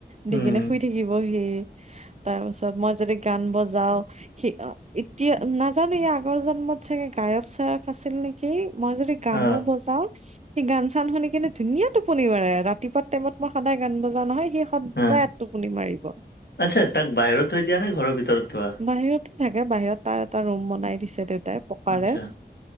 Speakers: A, on the right (about 40°); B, on the left (about 70°).
A: দি
B: উম
A: কিনে শুই থাকিব সি, তাৰপিছত মই যদি গান বজাও সি এতিয়া নাজানো ই আগৰ জন্মত চাগে গায়ক- চায়ক আছিল নেকি? সেই মই যদি গানো
B: আ
A: বজাও সি গান চান শুনি কেনে ধুনীয়া টোপনি মাৰে, ৰাতিপুৱা টাইমত মই সদায় গান বজা নহয় সি সদায়
B: আ
A: এক টোপনি মাৰিব।
B: আচ্ছা, তাক বাহিৰত থৈ দিয়া নে ঘৰৰ ভিতৰত থোৱা?
A: বাহিৰতে থাকে, বাহিৰত তাৰ এটা ৰুম বনাই দিছে দেউতাই পকাৰে।
B: আচ্ছা